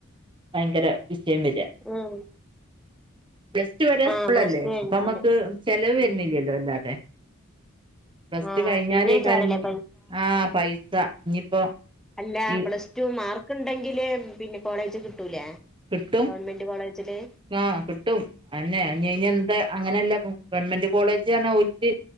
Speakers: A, on the right (about 25°); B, in the centre.
A: ഭയങ്കര വിഷയം വര്യ
B: ആഹ്
A: പ്ലസ് ടു വരെ
B: ആഹ്
A: സ്കൂൾല്ലേ
B: പ്ലസ് ടു കഴിഞ്ഞാല്
A: അപ്പൊ നമ്മുക്ക് ചെലവ് വരുന്നില്ലല്ലോ
B: ഉം
A: അല്ലാതെ ബസ്റ്റ്
B: ആഹ്
A: കഴിഞ്ഞാലേകരിഞ്ഞി
B: പിന്നേക്കാരല്ലേ
A: ആഹ് പൈസ ഇനിയിപ്പോ
B: അല്ലാ..
A: ഈ
B: പ്ലസ്ടുമാർക്ക് ണ്ടെങ്കില് പിന്നെ കോളേജ് കിട്ടൂലേ..
A: കിട്ടും.
B: ഗവൺമെന്റ് കോളേജില്
A: ആ കിട്ടും അന്നെ ഞായ്ഞ്ഞേ ന്താ അങ്ങനെയല്ല. ഗവൺമെന്റ് കോളേജ് റഞ്ഞ് ഒൽക്ക്